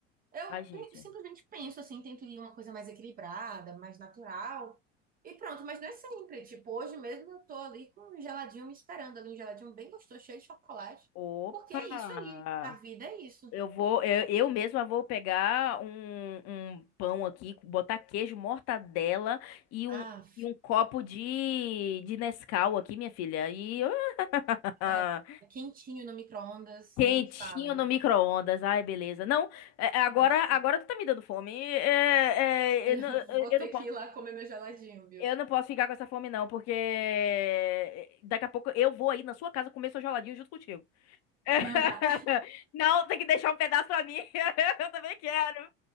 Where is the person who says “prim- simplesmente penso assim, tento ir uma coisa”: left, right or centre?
Right